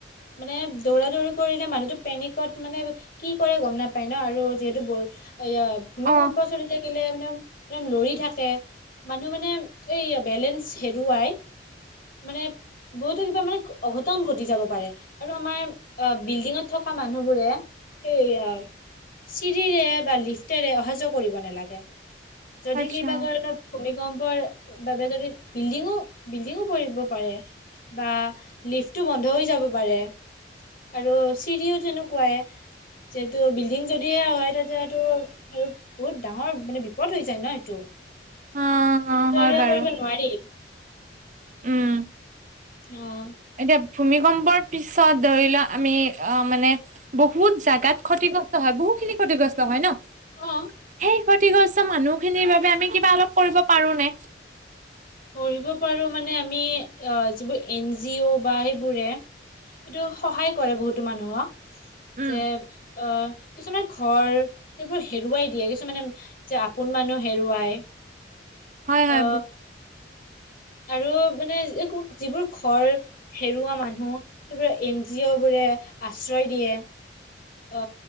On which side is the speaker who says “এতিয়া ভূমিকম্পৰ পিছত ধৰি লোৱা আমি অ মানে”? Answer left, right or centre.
Right